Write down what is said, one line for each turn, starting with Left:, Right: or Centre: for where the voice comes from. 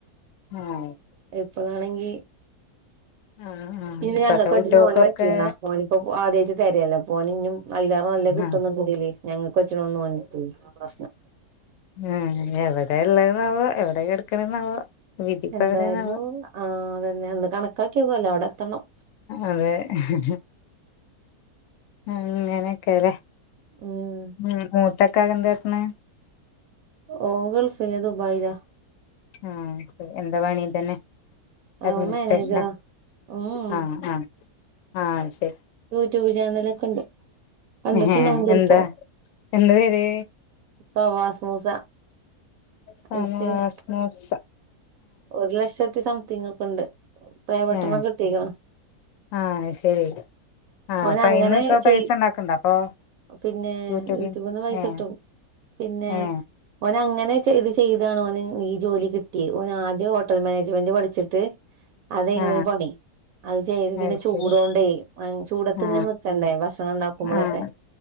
Left: ഉം
Right: ഇപ്പളാണങ്കി.
Left: ആഹ് ആഹ്
Right: ഇനി
Left: ഇപ്പത്തെ
Right: ഞങ്ങൾക്ക് പറ്റണം
Left: കുട്ടികൾക്കൊക്കെ
Right: ഓന് പറ്റൂല്ല ഒന് ആദ്യായിട്ട തരില്ലേ. ഐലാറന്നല്ല കിട്ടുന്നഇതില്
Left: ആഹ്
Right: ഞങ്ങൾക്ക് പറ്റുന്നത് ഒന് പറ്റില്ല അതാണ് പ്രശ്നം.
Left: ഉം എവിടെ ഉള്ളന്നാവോ എവിടെ കെടക്കണെന്നാവോ. വിധിപ്പവിടെന്
Right: എന്തായാലും
Left: ആവ്വോ.
Right: ആഹ് അതന്നെ ഒന്ന് കണക്കാക്കിയോക്കല്ലോ അവിടെ എത്തണം
Left: അതെ ഉ അങ്ങനെക്കെലെ
Right: ഉം
Left: ഹ് ഇക്കാക്ക ന്താ കാട്ട്ണെ.
Right: ഓൻ, ഗൾഫിൽ ദുബായില.
Left: ആഹ എന്താ പണി ഇതന്നെ
Right: അ
Left: അഡ്മിനിസ്ട്രേഷനാ
Right: മേനജറ ഉം
Left: ആ ആ ആ ശരി
Right: ട്യൂബ് ചാനല ഒക്കെ ഉണ്ട്. കണ്ടിട്ടുണ്ടാവും
Left: ഹഹ
Right: ചെലപ്പോ
Left: എന്താ എന്ത് പേര്?
Right: ഫവാസ് മൂസ.
Left: ഫവാസ്
Right: ഇൻസ്റ്റഗ്രാം
Left: മൂസ.
Right: ഒരു ലക്ഷത്തി സംതിങ്ങക്കണ്ട്. പ്ലേ ബട്ടൺ
Left: ഏ
Right: കിട്ടിക്ക്ണ്.
Left: ആ ശരി ആ
Right: അവന
Left: അപ്പൊ
Right: അങ്ങനെ
Left: അയിന്നൊക്കെ
Right: ചെയ്.
Left: പൈസ ഉണ്ടാക്കണ്ട അപ്പൊ
Right: പിന്നെ
Left: യൂട്യൂബിൽ
Right: യൂട്യൂബന്ന് പൈസ
Left: ഏ
Right: ഇട്ടും. പിന്നെ
Left: ഏ
Right: ഓന അങ്ങനെ ഇത് ചെയ്ത, <unintelligible> ഈ ജോലി കിട്ടി ഓൻ ആദ്യം ഹോട്ടൽ മാനേജ്മെന്റ് പഠിച്ചിട്ട് അതനിയ്
Left: ആ
Right: ഓന് പണി അത്ചെയ്ത് പിന്നെ
Left: അത്
Right: ചൂടോണ്ട്
Left: ശരി
Right: <unintelligible> ഭക്ഷണം
Left: ആ
Right: ഉണ്ടാക്കുമ്പോഴൊക്കെ
Left: ആ